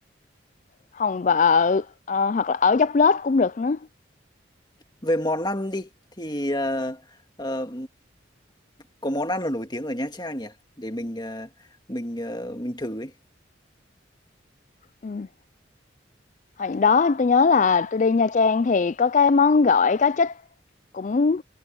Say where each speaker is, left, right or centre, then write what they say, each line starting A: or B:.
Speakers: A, on the left (about 40°); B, on the left (about 20°).
A: Hòn Vợ, ờ, hoặc là ở Dốc Lết cũng được nữa.
B: về món ăn đi thì ờ, ờ, có món ăn là nổi tiếng ở Nha Trang nhỉ để mình ờ, mình ờ, mình thử ấy
A: Ừm. Hồi đó tôi nhớ là tôi đi Nha Trang thì có cái món gỏi cá trích cũng